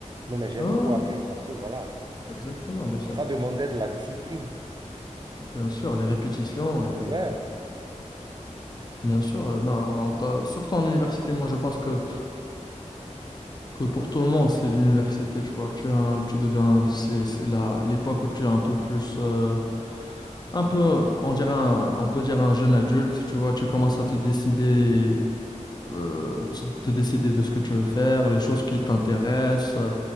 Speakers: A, on the right; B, on the left.
A: Non, mais j'ai
B: Ah,
A: beaucoup appris parce que voilà,
B: exactement, bien sûr.
A: ça demandait de la discipline.
B: Bien sûr, les répétitions, et les...
A: Ouais,
B: bien sûr. euh, Non, en ta- surtout en université, moi, je pense que que pour tout le monde, c'est l'université, tu vois. Tu es un- tu deviens, c'est, c'est la, l'époque où tu es un peu plus, euh, un peu, on dirait un- on peut dire un jeune adulte, tu vois. Tu commences à te
A: oui,
B: décider, euh, te te décider de ce que tu veux faire, les choses qui t'intéressent. euh,